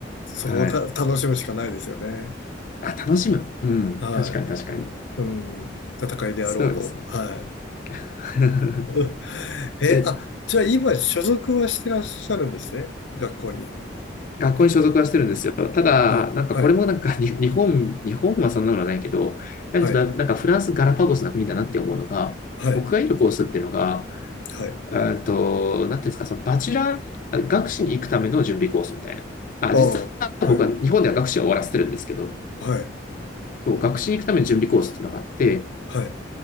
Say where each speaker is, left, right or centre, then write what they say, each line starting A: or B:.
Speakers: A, on the left (about 85°); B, on the left (about 45°).
A: そこをた楽しむしかないですよね。
B: はい。あ、楽しむ。うん。
A: はい。
B: 確かに確かに。
A: うん。戦いであろうと。
B: そうですね。
A: は
B: <laughs>
A: い。<laughs> え、
B: え、
A: あ、じゃあ今、所属はしてらっしゃるんですね。学校に。
B: 学校に所属はしてるんですよ。ただ、
A: はい。
B: なんかこれもなんかに日本、
A: はい。
B: 日本はそんなのはないけど、なんかちょっとなんかフランスガラパゴスな国だなって思うのが、
A: はい。はい。
B: 僕がいるコースっていうのが、
A: はい。
B: えーっと、なんていうんですか、そのバチェラー学士に行くための準備コースみたいな。あ、
A: ああ、
B: 実は僕は日本では学士は終わらせてるんですけど、
A: はい。はい。
B: そう、学士に行くための準備コースっていうのがあって、
A: はい。